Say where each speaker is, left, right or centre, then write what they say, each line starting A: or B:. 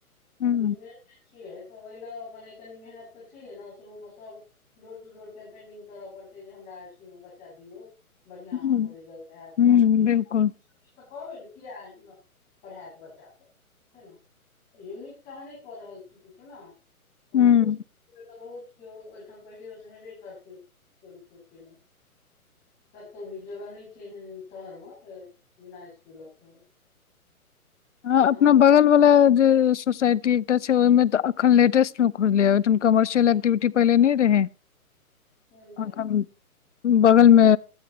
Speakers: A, on the left; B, on the left.
A: तऽ
B: हूँ
A: बिजनेस जे छियै तऽ ओहि ले मने कनी मेहनत। तऽ छैे ने शुरूम सब डोर टू डोर कैम्पेनिंग करऽ पड़ते जे हमरा इसकुल मऽ बच्चा दियौ बढ़िआँ
B: हूँ
A: अहाँ केँ रिजल्ट ऐत
B: हूँ
A: कम किछ
B: बिल्कुल
A: <inaudible> तऽ कहबै ने किया एहिमे पढ़ायत बच्चाकेँ छै नऽ यूनीक तह अहाँ नहि कऽ रहल छी किछो नऽ कोनो
B: हूँ
A: <unintelligible> तऽ बहुत केओ ओहिठाम पहियोसँ हेबे करतै केओ नै केओ केँ नै कतहु भी जगह नहि छै एहन शहर मऽ बिना इसकुलक छै
B: ह अपना
A: ने
B: बगल वला जे सोसाइटी एकटा छै ओहिमे तऽ अखन लेटेस्ट मऽ खुजले कमर्शियल एक्टिविटी पहिले नै रहै
A: कोन मे
B: <inaudible> अखन इ <inaudible> बगल मे